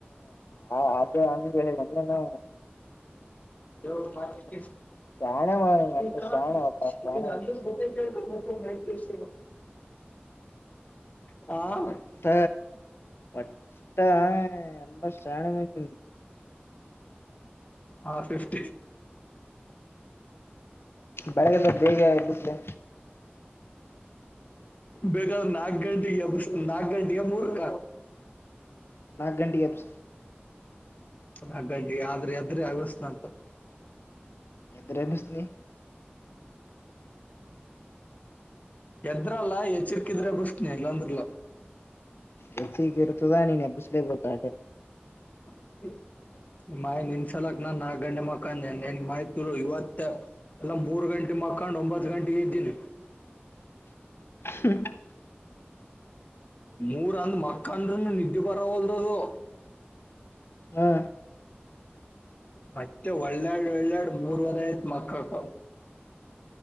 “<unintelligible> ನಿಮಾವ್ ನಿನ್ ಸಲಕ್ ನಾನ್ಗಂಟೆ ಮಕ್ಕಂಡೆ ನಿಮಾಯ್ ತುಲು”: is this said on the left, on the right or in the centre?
Left